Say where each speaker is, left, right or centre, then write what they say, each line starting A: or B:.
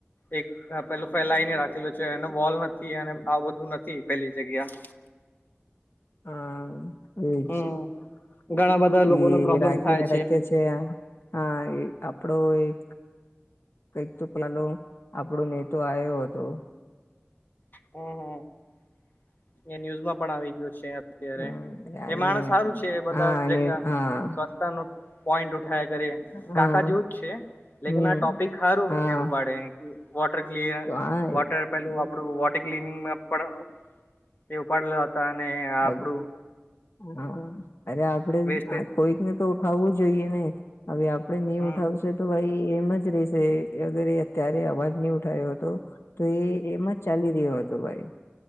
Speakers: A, on the left; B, on the left.
A: એક પેલું ફેલાઈને રાખેલું છે એને વોલ નથી અને આવું બધું નથી પેલી જગ્યા.
B: હા ઈજ
A: હમ ઘણા બધા લોકોને
B: એ
A: પ્રોબ્લેમ
B: રાખીને
A: થાય
B: રાખીએ છે. એ હા એ આપડો એક કંઈક તો પ્યાલો આપણો નેતો આયો હતો.
A: હહ હહ એ ન્યૂઝમાં પણ આવી ગયો છે. અત્યારે
B: હમ આવીને
A: એ માણસ હારું છે એ બધા
B: હા અને
A: જગ્યા
B: હા
A: સ્વચ્છતાનું પોઈન્ટ ઉઠ થયા કરીએ
B: હા
A: કાકા જેવું જ છે. લેકીન
B: હમ
A: આ ટોપિક હારું
B: હા
A: એવું પાડે અહીંથી. વોટર ક્લિયર
B: તો આ
A: વોટર પેલું આપડું વોટ માં પણ તે ઉપાડેલા હતા અને આપણું
B: અરે હા અરે આપડે
A: વેસ્ટેજ
B: કોઈક ને તો ઉઠાવવું જોઈએ ને. હવે આપડે ની
A: હમ
B: ઉઠાવશે તો ભાઈ એમ જ રેશે અગર એ અત્યારે અવાજ નહી ઉઠાયો. તો તો એ એમજ ચાલી રહ્યો હતો ભાઈ.